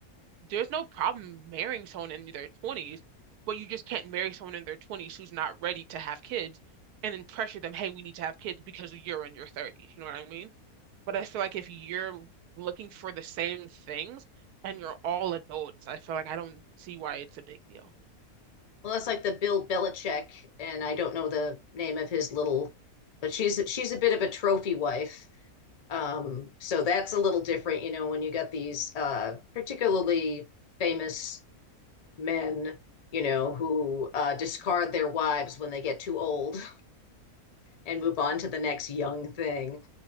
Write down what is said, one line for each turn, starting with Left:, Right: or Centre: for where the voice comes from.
Right: there's no problem marrying someone in their 20s, but you just can't marry someone in their 20s who's not ready to have kids and then pressure them, hey, we need to have kids because you're in your 30s. You know what I mean? But I feel like if you're looking for the same things and you're all adults, I feel like I don't see why it's a big deal.
Left: Well, that's like the Bill Belichick, and I don't know the name of his little, but she's she's a bit of a trophy wife. Um, so that's a little different, you know, when you got these uh, particularly famous men, you know, who uh, discard their wives when they get too old and move on to the next young thing.